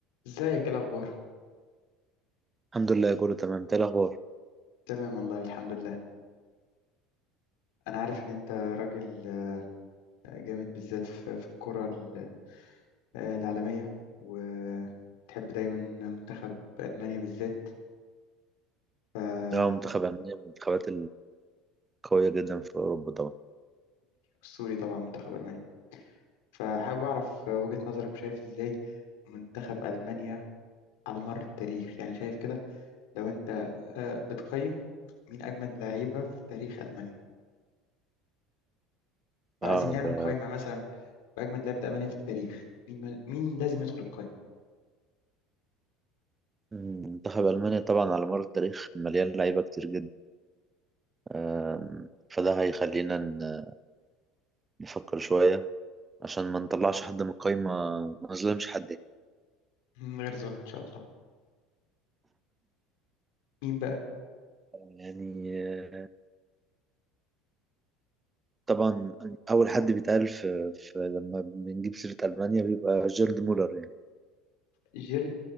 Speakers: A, on the left (about 80°); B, on the right (about 20°).
A: ازيك ايه الاخبار
B: الحمد لله كله تمام ايه الاخبار
A: تمام والله الحمد لله انا عارف ان انت راجل آه، جامد بالذات في في الكرة ال- آه، العالمية وتحب دايما منتخب المانيا بالذات فاسطوري
B: اه منتخب المانيا من المنتخبات القويه جدا في اوروبا طبعا
A: اسطوري طبعا منتخب المانيا فحابب اعرف وجهة نظرك وشايف ازاي منتخب المانيا على مر التاريخ يعني شايف كده لو انت آه، بتقيم مين اجمد لعيبة في تاريخ المانيا لو
B: اه
A: عايزين نعمل
B: ده
A: قائمة مثلا باجمد لعيبة المانيا في التاريخ مين مين لازم يدخل القائمة
B: مم، منتخب المانيا طبعا على مر التاريخ مليان لعيبه كتير جدا آم، فده هيخلينا ن- نفكر شويه عشان ما نطلعش حد من القايمه ما نظلمش حد
A: من غير ظلم ان شاء الله مين بقى
B: يعني آه، طبعا اول حد بيتقال في, في لما بنجيب سيره المانيا بيبقى جيرد مولر يعني
A: جيرد